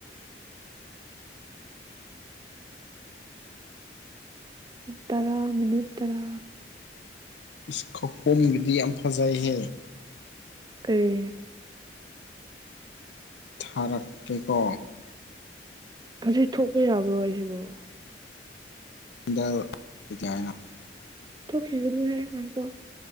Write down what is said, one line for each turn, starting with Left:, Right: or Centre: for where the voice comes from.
Right: ꯇꯔꯥ ꯃꯤꯅꯤꯠ ꯇꯔꯥ
Left: ꯏꯁ ꯈꯄꯣꯝꯒꯤꯗꯤ ꯌꯥꯝ ꯐꯖꯩꯍꯦ
Right: ꯀꯔꯤ
Left: ꯊꯥꯔꯛꯀꯦꯀꯣ
Right: ꯈꯥꯁꯤ ꯊꯣꯛꯄ ꯌꯥꯕ꯭ꯔꯣ ꯑꯩꯁꯤꯕꯨ
Left: <unintelligible>
Right: ꯊꯣꯛꯈꯤꯒꯅꯤ ꯍꯥꯏꯌꯦ ꯉꯥꯏꯈꯣ